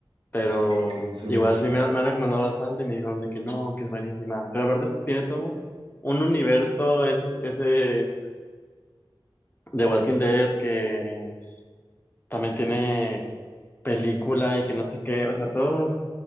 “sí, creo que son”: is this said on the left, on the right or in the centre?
Right